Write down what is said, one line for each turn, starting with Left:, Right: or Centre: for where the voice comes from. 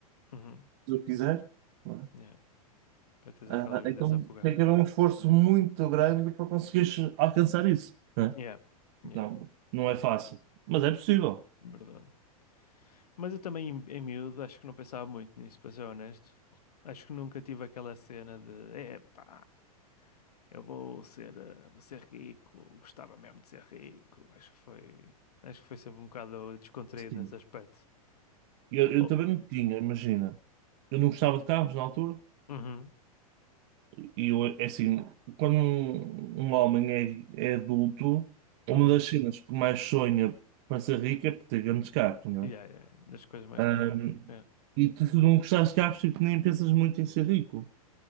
Left: uhum.
Right: fazer o que quiser, não é?
Left: Yeah. Para teres
Right: Ah,
Left: aquela vida
Right: então
Left: desafogada.
Right: tem que haver um esforço muito grande para conseguires alcançar isso, não é?
Left: Yeah, yeah,
Right: Não, não é fácil, mas é possível.
Left: verdade. Mas eu também, em, em miúdo, acho que não pensava muito nisso, para ser honesto. Acho que nunca tive aquela cena de, epá, eu vou ser, eh, vou ser rico, gostava mesmo de ser rico. Acho que foi, acho que foi sempre um bocado descontraído
Right: Sim.
Left: nesse aspecto.
Right: Eu, eu
Left: Oh,
Right: também me tinha, imagina. Eu não gostava de carros na altura.
Left: uhum,
Right: E eu, é assim, quando um, um homem é, é adulto, uma
Left: uhum.
Right: das cenas que mais sonha para ser rico é por ter grandes carros, não
Left: Yeah,
Right: é?
Left: yeah, das coisas mais
Right: Ahm,
Left: comuns. yeah.
Right: e tu, se não gostares de carros, tipo, nem pensas muito em ser rico.